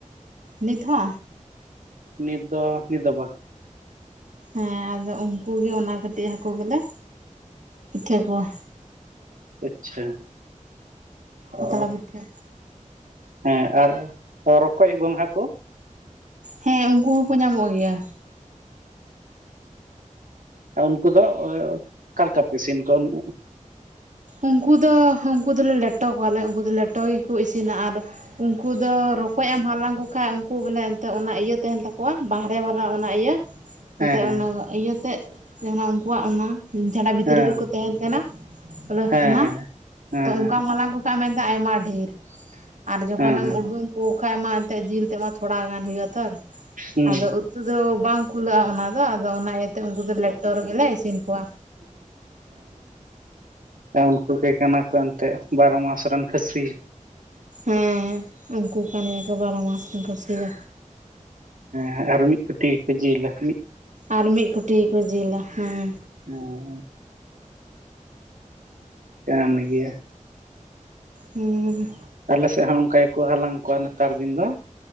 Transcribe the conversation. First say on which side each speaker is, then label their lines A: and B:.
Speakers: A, on the right; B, on the right.
A: ᱱᱤᱛ ᱦᱟ?
B: ᱱᱤᱛ ᱫᱚ ᱱᱤᱛ ᱫᱚ ᱵᱟᱝ᱾
A: ᱦᱮᱸ ᱟᱫᱚ ᱩᱱᱠᱩ ᱜᱮ ᱚᱱᱟ ᱠᱟᱹᱴᱤᱡ ᱦᱟᱹᱠᱩ ᱜᱮᱞᱮ ᱯᱤᱴᱷᱟᱹ ᱠᱚᱣᱟ᱾
B: ᱟᱪᱪᱷᱟ᱾
A: ᱯᱟᱛᱲᱟ
B: ᱚ
A: ᱯᱤᱴᱷᱟᱹ᱾
B: ᱦᱮᱸ ᱟᱨ ᱨᱚᱠᱚᱡ ᱜᱚᱸᱜᱷᱟ ᱠᱩ?
A: ᱦᱮᱸ ᱩᱱᱠᱩ ᱦᱚᱸᱠᱚ ᱧᱟᱢᱚᱜ ᱜᱮᱭᱟ᱾
B: ᱚ ᱩᱱᱠᱩ ᱫᱚ ᱚᱠᱟᱞᱮᱠᱟ ᱯᱮ ᱤᱥᱤᱱ ᱠᱚᱣᱟ?
A: ᱩᱝᱠᱩ ᱫᱚ ᱩᱝᱠᱩ ᱫᱚᱞᱮ ᱞᱮᱴᱚ ᱠᱚᱣᱟᱞᱮ ᱩᱝᱠᱩ ᱫᱚ ᱞᱮᱴᱚ ᱜᱮᱠᱚ ᱤᱥᱤᱱᱟ, ᱟᱨ ᱩᱝᱠᱩ ᱫᱚ ᱨᱚᱠᱚᱡ ᱮᱢ ᱦᱟᱞᱟᱝ ᱠᱚ ᱠᱷᱟᱡ ᱩᱝᱠᱩ ᱵᱚᱞᱮ ᱢᱟᱱᱮ ᱮᱱᱛᱮᱫ ᱚᱱᱟ ᱤᱭᱟᱹ ᱛᱟᱦᱮᱸᱱ ᱛᱟᱠᱚᱣᱟ, ᱵᱟᱦᱨᱮ ᱵᱟᱞᱟ ᱚᱱᱟ ᱤᱭᱟᱹ ᱮᱱᱛᱮᱜ
B: ᱦᱮᱸ
A: ᱚᱱᱟ ᱤᱭᱟᱹᱛᱮ ᱡᱟᱦᱟᱸ ᱩᱱᱠᱩᱣᱟᱜ ᱚᱱᱟ ᱡᱷᱟᱰᱟ ᱵᱷᱤᱛᱨᱤ
B: ᱦᱮᱸ
A: ᱨᱮᱠᱚ ᱛᱟᱦᱮᱸᱱ ᱛᱟᱦᱮᱱᱟ ᱵᱚᱞᱮ
B: ᱦᱮᱸ
A: ᱚᱱᱟ,
B: ᱦᱮᱸ ᱦᱮᱸ ᱦᱮᱸ
A: ᱛᱚ ᱚᱝᱠᱟᱢ ᱦᱟᱞᱟᱝ ᱠᱚ ᱢᱮᱱᱛᱮ ᱟᱭᱢᱟ ᱰᱷᱮᱨ ᱟᱨ ᱡᱚᱠᱷᱚᱱᱮᱢ
B: ᱦᱮᱸ ᱦᱮᱸ
A: ᱩᱰᱩᱝ ᱯᱩ ᱠᱷᱟ ᱢᱟ ᱮᱱᱛᱮᱫ ᱡᱤᱞ ᱛᱮᱢᱟ ᱛᱷᱚᱲᱟ ᱜᱟᱱ ᱦᱩᱭᱩᱜᱼᱟ ᱛᱚᱨ
B: ᱦᱮᱸ
A: ᱟᱫᱚ ᱩᱛᱩ ᱫᱚ ᱵᱟᱝ ᱠᱩᱞᱟᱹᱜᱼᱟ, ᱚᱱᱟ ᱫᱚ ᱟᱫᱚ ᱚᱱᱟ ᱤᱭᱟᱹᱛᱮ ᱩᱝᱠᱩ ᱫᱚ ᱞᱮᱴᱚ ᱨᱮᱜᱮᱞᱮ ᱤᱥᱤᱱ ᱠᱚᱣᱟ᱾
B: ᱦᱮᱸ ᱩᱱᱠᱩ ᱜᱮ ᱠᱟᱱᱟ ᱠᱚ ᱮᱱᱛᱮᱜ ᱵᱟᱨᱚ ᱢᱟᱥ ᱨᱮᱱ ᱠᱷᱟᱹᱥᱤ᱾
A: ᱦᱮᱸ ᱩᱝᱠᱩ ᱠᱟᱱ ᱜᱮᱭᱟ ᱠᱚ ᱵᱟᱨᱚ ᱢᱟᱥ ᱨᱮᱱ ᱠᱷᱟᱹᱥᱤ ᱫᱚ᱾
B: ᱦᱮᱸ ᱟᱨ ᱢᱤᱫ ᱠᱩᱴᱤ ᱜᱮᱠᱚ ᱡᱤᱞᱟ, ᱢᱤᱫ
A: ᱟᱨ ᱢᱤᱫᱠᱩᱴᱤ ᱠᱩ ᱡᱤᱞᱟ ᱦᱮᱸ,
B: ᱦᱮᱸ᱾ ᱠᱟᱱ ᱜᱮᱭᱟ,
A: ᱦᱩᱸᱻ ᱾
B: ᱟᱞᱮ ᱥᱮᱜ ᱦᱚᱸ ᱚᱱᱠᱟ ᱜᱮᱠᱩ ᱦᱟᱞᱟᱝ ᱠᱩᱣᱟ ᱱᱮᱛᱟᱨ ᱫᱤᱱ ᱫᱚ,